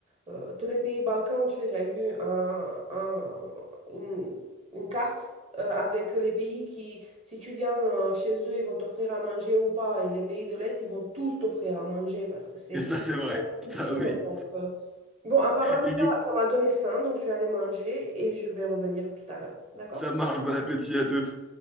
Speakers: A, on the right; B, in the centre.
A: euh, tous les pays Balkans, tu sais, j'avais vu un, un- une, une carte euh, avec les pays qui, si tu viens euh, chez eux, ils vont t'offrir à manger ou pas. Et les pays de l'Est, ils vont tous t'offrir à manger parce que c'est
B: Et ça, c'est vrai.
A: la culture.
B: Ça, oui.
A: Donc, euh, Bon, en parlant
B: Et
A: de ça,
B: du coup,
A: ça m'a donné faim, donc je vais aller manger et je vais revenir tout à l'heure. D'accord?
B: ça marche, bon appétit à toutes.